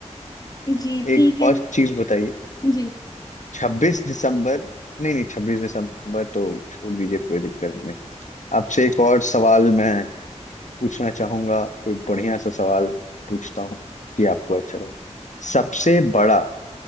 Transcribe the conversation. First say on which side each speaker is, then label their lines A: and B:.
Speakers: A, on the left; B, on the left.
A: है। जी ठीक
B: एक
A: है
B: और चीज बताइए
A: जी
B: छब्बीस दिसंबर नहीं नहीं छब्बीस दिसंबर तो छोड़ दीजिए कोई दिक्कत नहीं आपसे एक और सवाल मैं पूछना चाहूंगा कोई बढ़िया सा सवाल पूछता हूँ कि आपको अच्छा लगे सबसे बड़ा